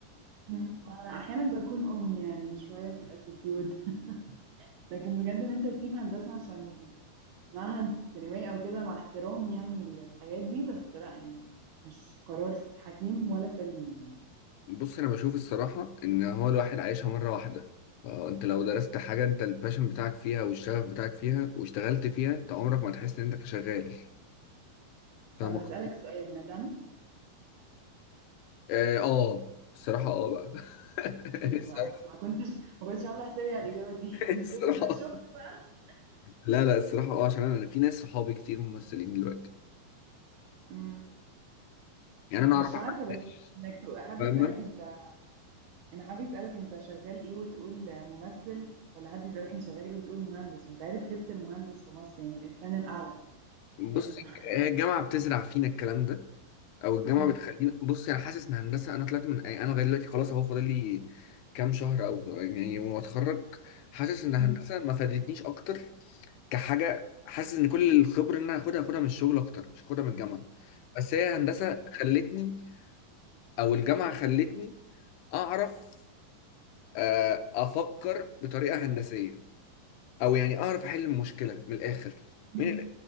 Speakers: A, on the right; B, on the left.
A: مم. انا احيانا بكون ام يعني شويه في الاتيتيود <laughs> لكن بجد ان انت تسيب هندسه عشان معهد سينمائي او كده مع احترامي يعني للحاجات دي بس لا يعني مش قرار حكيم ولا سليم يعني
B: بص انا بشوف الصراحه ان هو الواحد عايشها مره واحده فانت لو درست حاجه انت الباشن بتاعك فيها والشغف بتاعك فيها واشتغلت فيها انت عمرك ما تحس ان انت شغال فاهم
A: طب هسألك
B: قصدي
A: سؤال ندمت
B: اه آه، الصراحه اه بقى <laughs>
A: ايه ده
B: الصراحه
A: بقى <laughs> ما كنتش ما كنتش عامله حسابي على الإجابة دي <laughs>
B: الصراحه
A: كنت لسه هقول لك شفت بقى
B: لا لا الصراحه اه عشان انا أنا في ناس صحابي كتير ممثلين دلوقتي
A: مم.
B: يعني انا
A: مش
B: اعرف احمد
A: عارفة بس
B: داش
A: يعني انك تق- حد
B: فاهمه
A: يسألك انت ان حد يسألك انت شغال ايه وتقول ممثل ولا حد يسألك انت شغال ايه وتقول مهندس وانت عارف هيبة المهندس في مصر يعني الإنسان الأعلى فاهم
B: بص
A: <laughs> ف-
B: هي الجامعه بتزرع فينا الكلام ده او الجامعه
A: مم.
B: بتخليني بص انا حاسس ان هندسه انا طلعت من يعني انا لغايه دلوقتي خلاص اهو فاضل لي كام شهر او يعني واتخرج حاسس ان هندسه
A: مم.
B: ما فادتنيش اكتر كحاجه حاسس ان كل الخبره اللي انا هاخدها هاخدها من الشغل اكتر مش هاخدها من الجامعه بس هي هندسه خلتني او الجامعه خلتني اعرف آه، افكر بطريقه هندسيه او يعني اعرف احل المشكله من الاخر
A: مم.
B: مين